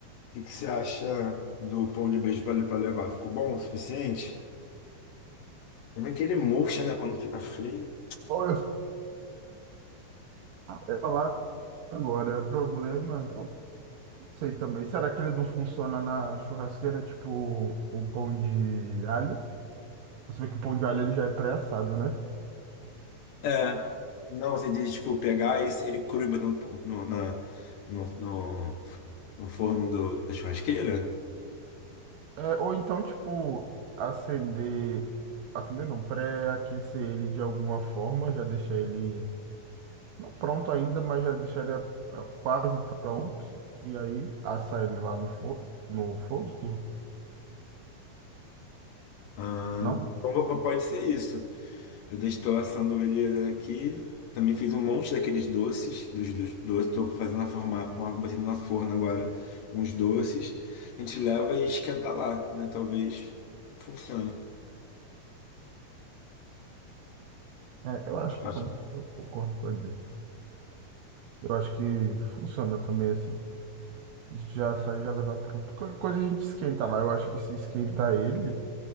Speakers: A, on the left; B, on the right.
A: que, que você acha do pão de beijo para levar? Ficou bom o suficiente? Como é que ele murcha, né, quando fica frio?
B: Olha, eu fui falar agora, o problema, não sei também. Será que ele não funciona na churrasqueira, tipo o pão de alho? Você vê que o pão de alho ele já é pré-assado, né?
A: É, não, você diz, tipo, pegar esse, ele cru e botando no, na- no, no- no forno do- da churrasqueira?
B: É, ou então, tipo, acender. Acender não, pré-aquecer ele de alguma forma, já deixar ele. Não pronto ainda, mas já deixar ele eh, quase pronto. E aí assar ele lá no, fo no fogo?
A: Ah,
B: Não?
A: então, pode ser isso. Eu deixo tô assando ele aqui. Também fiz um monte daqueles doces, dos, dos doces. Tô fazendo na forma, uma- botando na forno agora uns doces. A gente leva e esquenta lá, né? Talvez funcione.
B: É, eu acho que
A: Acho
B: não. Eu concordo com a ideia. Eu acho que funciona também assim. Já sai, já levar pronto. Qualquer coisa a gente esquenta lá. Eu acho que se esquentar ele,